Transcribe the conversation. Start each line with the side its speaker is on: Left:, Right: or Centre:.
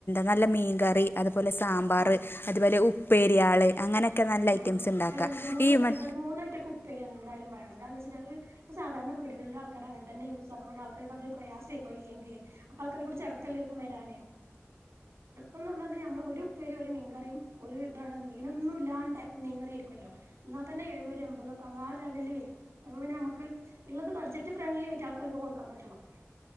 Left: നല്ല മീൻകറി അതുപോലെ സാമ്പാർ
Right: ആ
Left: അതുപോലെ ഉപ്പ് ഉപ്പേരി അങ്ങനെയൊക്കെ നല്ല
Right: ആ
Left: ഐറ്റംസ് ഉണ്ടാക്കുക
Right: ഒരു രണ്ട് മൂന്നു
Left: ഈ
Right: ഐറ്റയൊക്കെ
Left: മ
Right: ഒരു മൂന്നായിറ്റയൊക്കെ ഉപ്പേരി എന്തായാലും വേണം കാര വെച്ചാൽ ഇ സാധാരണ വീടുകളിലെ ആൾക്കാർ അങ്ങെ തന്നെ യൂസാക്കണ്ട് ആൾക്കർക്ക് പ്രയാസയായിരിക്കും അതയില്ലേങ്കിൽ അപ്പോ ആൾക്കർക്ക് ചടപ്പ് എല്ലാർക്കും വരാന് ഒന്ന് വന്നാൽ ഒരു ഉപ്പേരിയ്യും ഒരു മീൻകറിയും ഒരു ഇതാണ് മീനൊന്നുയില്ലാണ്ട് മീൻ കറിയിരിക്കുമല്ലോ എന്നാ തന്നെ എഴുപത് എമ്പതൊക്കെ അങ്ങാറ് ലെവലിൽ വരും അപ്പ പിന്നെ നമുക്ക് ഉള്ളത് ബഡ്ജറ്റ് ഫ്രണ്ട്ലി ആയിട്ട് ആൾക്കാരൊക്കെ കൊടുക്കാൻ പറ്റണം